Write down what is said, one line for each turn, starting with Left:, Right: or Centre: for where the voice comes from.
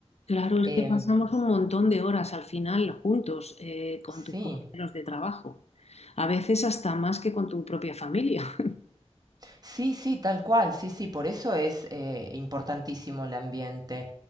Left: Claro, es
Right: Em,
Left: que pasamos un montón de horas al final juntos eh, con
Right: sí.
Left: tus compañeros de trabajo, a veces hasta más que con tu propia familia. <laughs>
Right: Sí, sí, tal cual, sí, sí, por eso es eh, importantísimo el ambiente.